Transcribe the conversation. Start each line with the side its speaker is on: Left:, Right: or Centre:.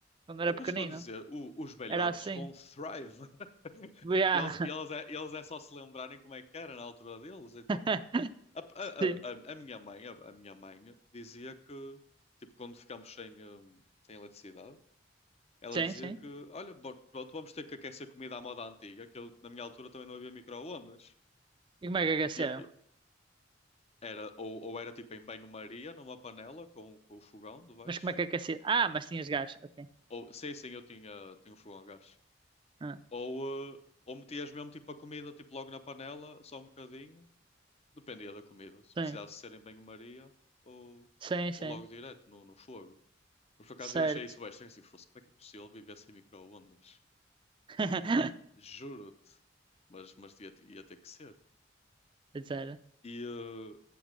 Right: Quando
Left: É
Right: era
Left: o que
Right: pequenina.
Left: eu estou a dizer, o- os velhotes
Right: Era assim.
Left: vão thrive. <laughs>
Right: Yeah.
Left: Eles, eles, é, eles é só se lembrarem como é que era na altura deles, então.
Right: <laughs>
Left: A, a,
Right: Sim,
Left: a, a- a minha mãe, a, a minha mãe dizia que, tipo, quando ficámos sem, hum, sem eletricidade, ela
Right: sim,
Left: dizia
Right: sim.
Left: que, olha, bo- pronto, vamos ter que aquecer comida à moda antiga, que eu, na minha altura também não havia micro-ondas.
Right: E como é que aqueceram?
Left: E- e- Era, ou, ou era tipo em banho-maria, numa panela com, com o fogão de baixo.
Right: Mas como é que aqueceram? Ah, mas tinhas gás, ok.
Left: Ou, sim, sim, eu tinha, tinha um fogão a gás.
Right: Ah,
Left: Ou, eh, ou metias mesmo tipo a comida tipo, logo na panela, só um bocadinho. Dependia da comida. Se
Right: sim,
Left: precisasse ser em banho-maria ou,
Right: sim, sim.
Left: ou logo direto no, no fogo. Mas por acaso
Right: Certo.
Left: eu achei isso bem estranho. Assim, fosse, como é que é possível viver sem micro-ondas?
Right: <laughs>
Left: Juro-te. Mas, mas ia, ia ter que ser.
Right: Pois era.
Left: E, eh,